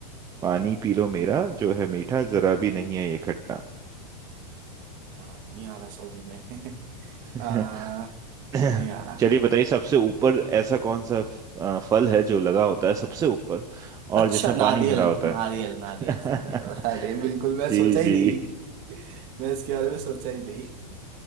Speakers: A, on the right; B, on the right.
A: पानी पी लो मेरा जो है मीठा जरा भी नहीं है ये खट्टा
B: हाँ नहीं आ रहा समझ में <laughs>
A: <clears throat>
B: आ,
A: <laughs>
B: नहीं आ रहा
A: चलिए बताइए सबसे ऊपर ऐसा कौन सा फ- अ, फल है जो लगा होता है सबसे ऊपर और
B: अच्छा
A: जिसमें पानी
B: नारियल
A: भरा होता है
B: नारियल
A: <laughs>
B: नारियल नारियल अरे बिल्कुल मैं
A: जी
B: सोचा
A: जी
B: ही नहीं मैं इसके बारे में सोचा ही नहीं
A: <laughs>